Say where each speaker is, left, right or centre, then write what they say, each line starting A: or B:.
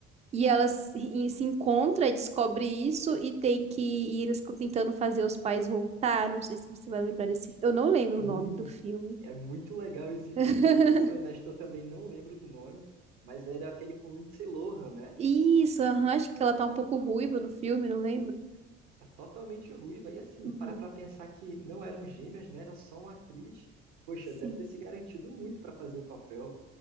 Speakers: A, on the right; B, on the right.
A: e elas se e se encontram, e descobre isso e tem que e eles ficam tentando fazer os pais voltar, não sei se você vai lembrar desse, eu não lembro
B: Sim,
A: o nome do filme.
B: é muito legal esse filme.
A: <laughs>
B: Para ser honesto, eu também não lembro do nome, mas era aquele com Lindsay Lohan, né?
A: Isso, aham, acho que ela tá um pouco ruiva no filme, não lembro.
B: Tá totalmente ruiva. E assim,
A: Uhum.
B: parar pra pensar que não eram gêmeas, né? Era só uma atriz. Poxa,
A: Sim.
B: deve ter se garantido muito pra fazer o papel.